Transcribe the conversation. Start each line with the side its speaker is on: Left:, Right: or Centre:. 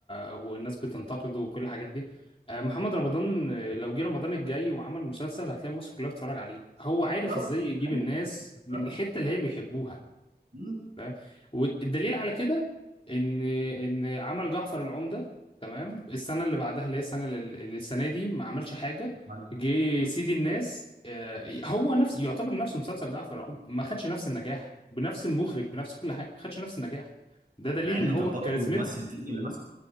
Left: آه، والناس بتنتقده وكل الحاجات دي آه، محمد رمضان آه، لو جه رمضان الجاي وعمل مسلسل هتلاقي مصر كلها بتتفرج عليه هو عارف
Right: بالظبط
Left: ازاي يجيب
Right: ايوه
Left: الناس
Right: بالظبط
Left: من الحته اللي هي بيحبوها
Right: مم.
Left: تمام والدليل على كده ان ان عمل جعفر العمدة تمام السنه اللي بعدها اللي هي السنه اللي السنه دي ما عملش حاجه
Right: مال.
Left: جه
Right: مم.
Left: سيدي الناس آه، هو نفس يعتبر نفسه مسلسل جعفر العمدة ما خدش نفس النجاح بنفس المخرج بنفس كل حاجه ما خدش نفس النجاح ده دليل
Right: مع انه
Left: ان هو
Right: كان برضه
Left: كاريزمته
Right: ممثل تقيل اللي ماسكه